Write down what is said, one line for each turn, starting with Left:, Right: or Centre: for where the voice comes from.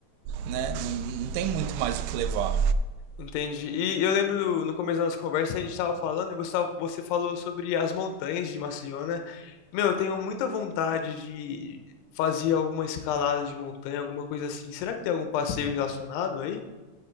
Right: né? Não, não tem muito mais o que levar.
Left: Entendi. E eu lembro no começo da nossa conversa, a gente estava falando e você, tava- você falou sobre as montanhas de Maceió, né? Meu, eu tenho muita vontade de fazer alguma escalada de montanha, alguma coisa assim. Será que tem algum passeio relacionado aí?